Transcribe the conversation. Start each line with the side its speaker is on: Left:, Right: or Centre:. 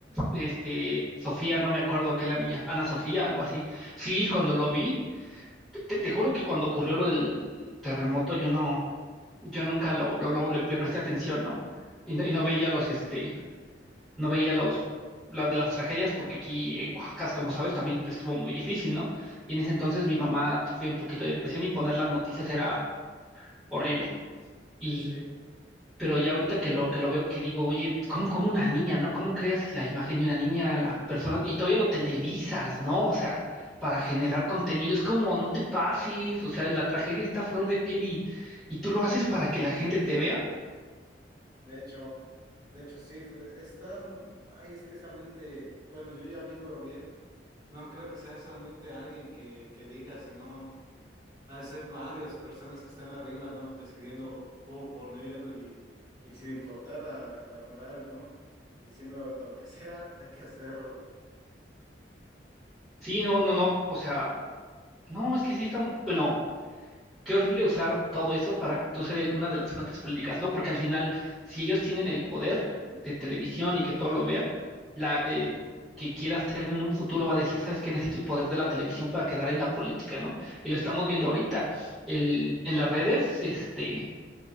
Centre: Este, Sofía, no me acuerdo qué la niña, Ana Sofía, algo así. Sí, cuando lo vi, te, te juro que cuando ocurrió lo del terremoto, yo no, yo nunca lo, lo, lo- le, le presté atención, ¿no? Y, no y no veía los, este, no veía los, las de las tragedias porque aquí en Oaxaca, como sabes, también estuvo muy difícil, ¿no? Y en ese entonces mi mamá sufría un poquito de depresión y poner las noticias era horrible. Y,
Right: Sí, sí.
Centre: pero ya ahorita que lo, que lo veo, que digo, oye, ¿cómo, cómo una niña, ¿no? ¿Cómo creas la imagen de una niña, la persona? Y todavía lo televisas, ¿no? O sea, para
Right: <laughs>
Centre: generar contenido, es como, no te pases, o sea, la tragedia está a flor de piel y, y tú lo haces para que la gente te vea.
Right: De hecho, de hecho sí, fue, está, m- ay, es que esa mente, bueno, yo ya viéndolo bien, no creo que sea solamente alguien que, que diga, sino ha de ser varias personas que están arriba, ¿no? Decidiendo cómo poner y, y sin importar a la moral, ¿no? Diciendo lo que sea, hay que hacerlo.
Centre: Sí, no,
Right: De
Centre: no, no, o sea, no, es que sí está, bueno. qué horrible usar todo eso para tú ser el- una de las fuentes políticas, ¿no? Porque al final, si ellos tienen el poder de televisión y que todo lo vean, la, el que quieras tener en un futuro va a decir, ¿sabes qué? Necesito el poder de la televisión para quedar en la política, ¿no? Y lo estamos viendo ahorita. El, en las redes, este,